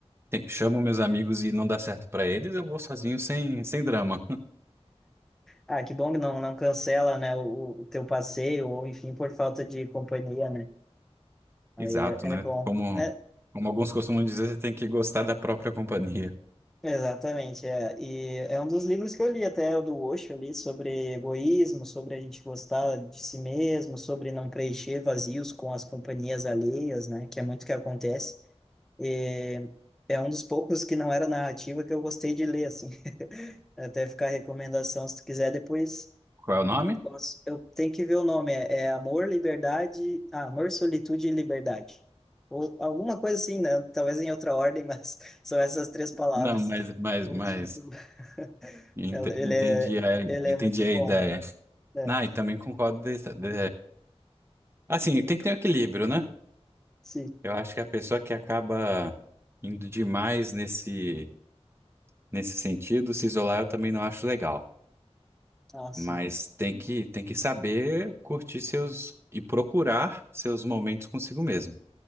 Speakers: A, on the right; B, in the centre.
A: te- chamo meus amigos e não dá certo pra eles, eu vou sozinho sem, sem drama.
B: Ah, que bom que não, não cancela, né, o, o teu passeio, ou enfim, por falta de companhia, né?
A: <laughs>
B: Aí
A: Exato,
B: é,
A: né?
B: é bom.
A: Como,
B: É,
A: como alguns costumam dizer, você tem que gostar da própria companhia.
B: Exatamente, é. E é um dos livros que eu li até, o do Osho ali, sobre egoísmo, sobre a gente gostar de si mesmo, sobre não preencher vazios com as companhias alheias, né, que é muito que acontece. E é um dos poucos que não era narrativa que eu gostei de ler, assim. <laughs> Até ficar a recomendação, se tu quiser depois
A: Qual é o nome?
B: nossa, Eu tenho que ver o nome. É, é Amor, Liberdade. Ah, Amor, Solitude e Liberdade. Ou alguma coisa assim, né? Talvez em outra ordem, mas <laughs> são essas três palavras.
A: Não, mas, mas,
B: O
A: mas.
B: título. <laughs>
A: Ente-
B: Ela- Ele
A: Entendi
B: é,
A: a,
B: ele
A: entendi
B: é muito
A: a
B: bom.
A: ideia.
B: né?
A: Ah, e também concordo. dessa- de- assim, tem que ter um equilíbrio, né?
B: Sim.
A: Eu acho que a pessoa que acaba indo demais nesse, nesse sentido, se isolar, eu também não acho legal.
B: Ah, sim.
A: Mas tem que, tem que saber curtir seus e procurar seus momentos consigo mesmo.